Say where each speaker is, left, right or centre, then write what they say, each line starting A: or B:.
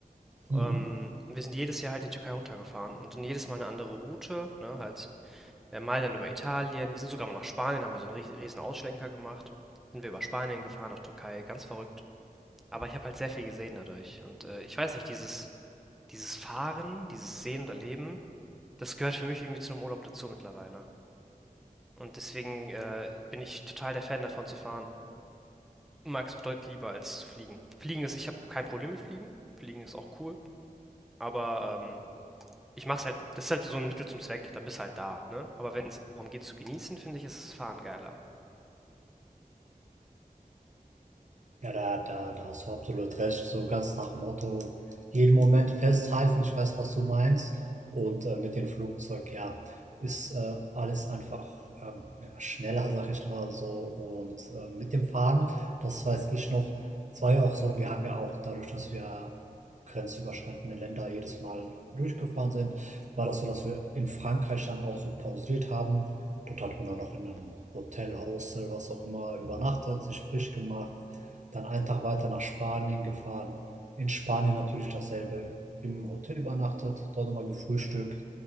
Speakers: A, on the right (about 55°); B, in the centre.
A: Mhm.
B: Ähm, wir sind jedes Jahr halt in die Türkei runtergefahren und dann jedes Mal eine andere Route, ne, halt Äh, mal dann über Italien. Wir sind sogar mal nach Spanien, haben wir so einen riesen Ausschlenker gemacht. Sind wir über Spanien gefahren, nach Türkei, ganz verrückt. Aber ich habe halt sehr viel gesehen dadurch. Und äh, ich weiß nicht, dieses, dieses Fahren, dieses Sehen und Erleben, das gehört für mich irgendwie zu einem Urlaub dazu mittlerweile. Und deswegen äh, bin ich total der Fan davon zu fahren. Mag es auch deutlich lieber als zu fliegen. Fliegen ist, ich habe kein Problem mit Fliegen. Fliegen ist auch cool. Aber ähm, ich mach's halt, das ist halt so ein Mittel zum Zweck, dann bist du halt da, ne? Aber wenn es darum geht zu genießen, finde ich, ist das Fahren geiler.
A: Ja, da, da, da hast du absolut recht. So ganz nach dem Motto, jeden Moment festhalten, ich weiß, was du meinst. Und äh, mit dem Flugzeug, ja, ist äh, alles einfach ähm, ja, schneller, sag ich mal so. Und äh, mit dem Fahren, das weiß ich noch, das war ja auch so, wir haben ja auch dadurch, dass wir grenzüberschreitende Länder jedes Mal durchgefahren sind, war das so, dass wir in Frankreich dann auch so pausiert haben. Dort hat man dann noch in einem Hotel, Hostel, was auch immer übernachtet, sich frisch gemacht dann einen Tag weiter nach Spanien gefahren. In Spanien natürlich dasselbe. Im Hotel übernachtet, dort nochmal gefrühstückt